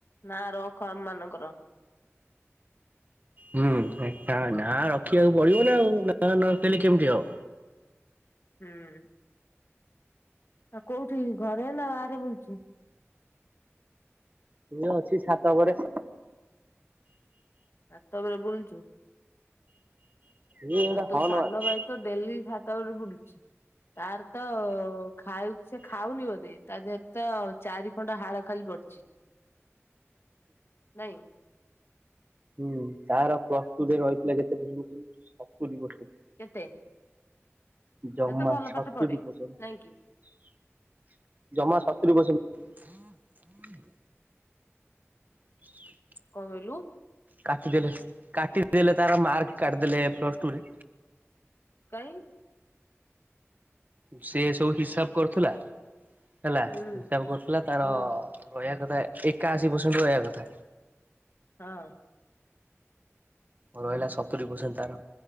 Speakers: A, on the left (about 55°); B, on the right (about 35°).
A: ନା ରଖ। ଖ ମାନଙ୍କର।
B: ହୁଁ ଅ ନା ରଖିବାକୁ
A: ହୁଁ
B: ପଡିବ ନା ଆଉ। ନାଁ ନରଖିଲେ କିମିତି ହବ।
A: ହୁଁ। ଆ କୋଉଠି ଘରେ ନା ବାହା ରେ ବୁଲୁଛୁ।
B: ଏ ଅଛି ଛାତ ଉପରେ।
A: ଛାତ ଉପରେ ବୁଲୁଛୁ।
B: ଇଏ ଗୋଟେ
A: ଆଉ ତୋ
B: ହର୍ନ
A: ସାନ
B: ମାରୁଚି
A: ଭାଇ ତ ଡେଲି ଛାତ ଉପରେ ବୁଲୁଚି। ତାର ତ ଖାଉ ସେ ଖାଉନି ବୋଧେ ତା ଦେହରେ ତ ଚାରି ଖଣ୍ଡ ହାଳ ଖାଲି ପଡିଛି। ନାଇଁ।
B: ହୁଁ ତାର ପ୍ଲସ ଟୁ ରେ ରହିଥିଲା କେତେ ପର୍ସେଣ୍ଟ କହିଲୁ ସତୁରି ପରସେଣ୍ଟ।
A: କେତେ।
B: ଜମା
A: ସେ ତ ଭଲ
B: ସତୁରି
A: ପାଠ ପଢେ
B: ପର୍ସେଣ୍ଟ
A: ନାଇଁ କି
B: ଜମା ସତୁରି ପରସେଣ୍ଟ। <inaudible> <inaudible>
A: କଣ କହିଲୁ
B: କାଟିଦେଲେ କାଟି ଦେଲେ ତାର ମାର୍କ କାଟିଦେଲେ ପ୍ଲସ ଟୁରେ
A: କାଇଁ
B: ସେ ସବୁ ହିସାବ କରୁଥିଲା ହେଲା
A: ହୁଁ
B: ହିସାବ କରୁଥିଲା ତାର
A: ହୁଁ
B: ରହିବା କଥା ଏକାଅଶୀ ପରସେଣ୍ଟ ରହିବା କଥା
A: ହଁ
B: ଭ ରହିଲା ସତୁୁରି ପରସେଣ୍ଟ ତାର